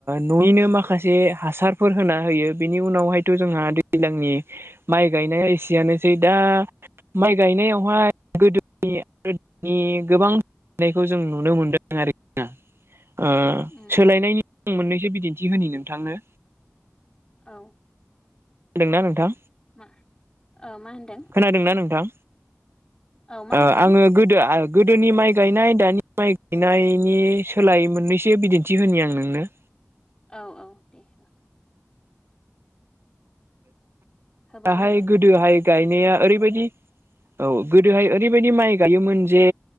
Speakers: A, on the right; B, on the left.
A: न'यैनो माखासे हासारफोर होना होयो, बेनि उनावहायथ' जोंहा दैज्लांनि माइ गायनाया एसेयानोसै दा माइ गायनायावहाय गोदोनि आरो गोबांनायखौ जों नुनो मोनदों आरो। ओ
B: उम
A: सोलायनायनि आं मोननैसो बिदिन्थि होनि नोंथांनो
B: औ।
A: खोना दोंना नोंथां?
B: मा मा ओ होनदों?
A: खोनादोंना नोंथां
B: औ मा
A: ओ
B: होनदों
A: आङो गोदो गोदोनि माइ गायनाय दानि माइ गायनायनि सोलाय मोननैसो बिदिन्थि होननि आं नोंनो
B: औ औ दे हो। होबानो
A: दाहाय
B: जाबाय
A: गोदोहाय
B: दे
A: गाय <unintelligible> औ गोदोहाय ओरैबादि माइ गायो मोन जे